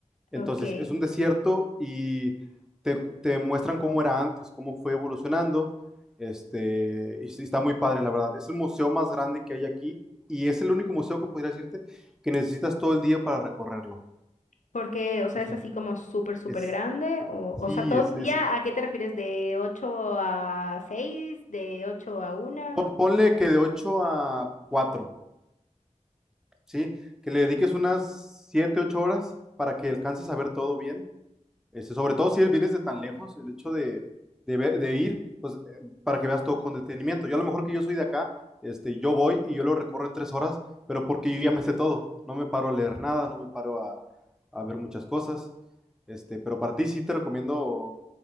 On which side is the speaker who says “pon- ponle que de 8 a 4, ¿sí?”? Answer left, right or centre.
Centre